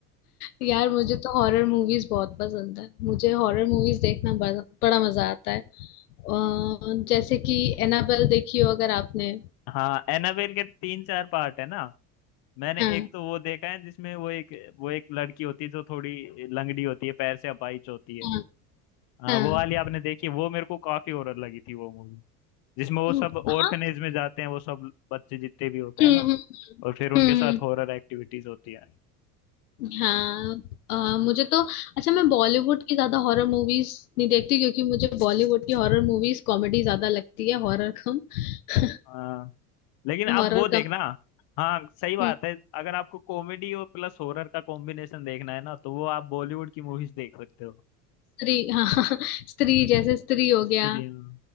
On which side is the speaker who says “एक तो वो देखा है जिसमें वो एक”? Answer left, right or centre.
Left